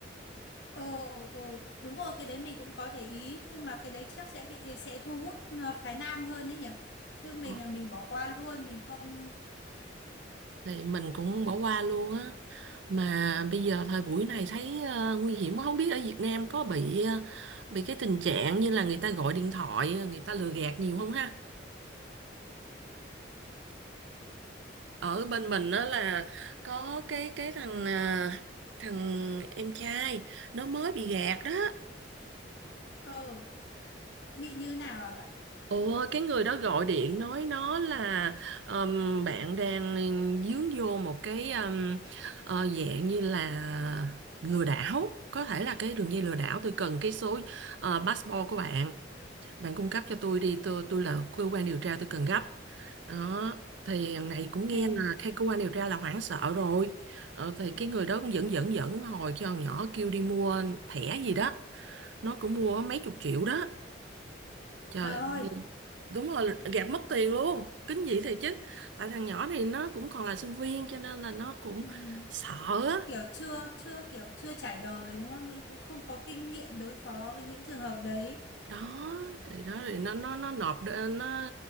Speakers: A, on the left; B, on the right.
A: Ồ, ồ, đúng rồi, cái đấy mình cũng có để ý nhưng mà cái đấy chắc sẽ bị sẽ thu hút à, phái nam hơn đấy nhỉ. Chứ mình
B: Ờ,
A: là mình bỏ qua luôn, mình không
B: thì mình cũng bỏ qua luôn á mà bây giờ thời buổi này thấy ờ, nguy hiểm quá. không biết ở Việt Nam có bị ờ, bị cái tình trạng như là người ta gọi điện thoại ờ, người ta lừa gạt nhiều không ha ở bên mình đó là có cái cái thằng à, thằng em trai nó mới bị gạt đó
A: ờ bị như nào à bạn?
B: Ồ, cái người đó gọi điện nói nó là ừm, bạn đang dướng vô một cái ừm, ờ, dạng như là lừa đảo, có thể là cái đường dây lừa đảo. Tôi cần cái số ờ, passport của bạn bạn cung cấp cho tôi đi tôi tôi là cơ quan điều tra tôi cần gấp đó thì thằng này cũng nghe
A: À,
B: là cái cơ quan điều tra là hoảng sợ rồi ờ, thì cái người đó cũng dẫn dẫn dẫn hồi cho thằng nhỏ kêu đi mua thẻ gì đó nó cũng mua mấy chục triệu đó trời
A: trời ơi,
B: đúng rồi gạt mất tiền luôn kinh dị thiệt chứ tại thằng nhỏ này nó cũng còn là sinh viên cho nên là nó cũng
A: ừm,
B: sợ á.
A: kiểu chưa chưa kiểu chưa trải đời đúng không? Nên cũng không có kinh nghiệm đối phó với những trường hợp đấy.
B: đó thì đó thì nó nó nó nộp đ- nó